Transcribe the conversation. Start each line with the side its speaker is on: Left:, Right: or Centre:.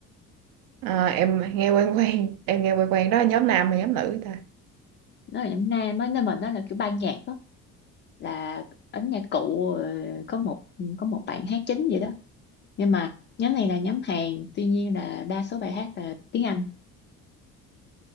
Right: À, em nghe quen quen em nghe quen quen đó là nhóm nam hay nhóm nữ ta
Left: nó là nhóm nam á nên mà nó là kiểu ban nhạc đó là ấn nhạc cụ ờ, có một có một bạn hát chính vậy đó nhưng mà nhóm này là nhóm Hàn tuy nhiên là đa số bài hát là tiếng Anh